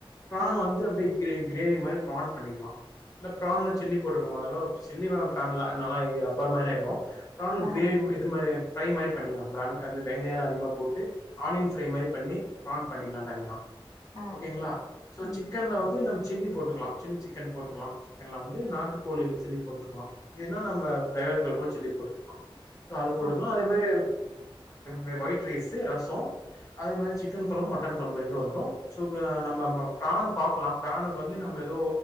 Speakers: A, on the left; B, on the left.
A: பிராண்
B: ஆ,
A: வந்து அப்டி கிரேவி கிரேவி மாரி பிரான் பண்ணிக்கலா இல்ல பிரான்ல சில்லி போட்டுக்குற மார் இருந்தா கூடோ சில்லி வேணா பிரான்ல நல்லா ரப்பர் மாரி ஆயிடு பிரான்ல
B: ஆ,
A: கிரேவி இது மாரி ஃப்ரை மாரி பண்ணிக்கலா பிரானுமே வந்து வெங்காயோ எல்லா அதிகமாக போட்டு ஆனியன் ஃப்ரை மாரி பண்ணி் பிரான் பண்ணிக் ல்லாந் தனியா
B: ஆ
A: ஓகேங்களா
B: சரிங்க.
A: சோ
B: ம்.
A: சிக்கன்ல வந்து நம் சில்லி போட்டுக்கலா சில்லி சிக்கன் போட்டுக்கலா சிக்கன்ல வந்து நாட்டு கோழில சில்லி போட்டுக்கலா இல்லைன்னா நம்ம பிராய்லர்ல கூட சில்லி போட்டுக்கலா சோ அது போட்டுக்கலா
B: ஆ,
A: அதே மாரி வே ஒயிட் ரைஸ்ஸு ரசோ அதே மாரி சிக்கன் கொழம்பு மட்டன் கொழம்பு ரெண்டு வந்துரு சோ நம்ப பிரான் பாக்கலா பிரான்க்கு வந்து நம்ம எதோ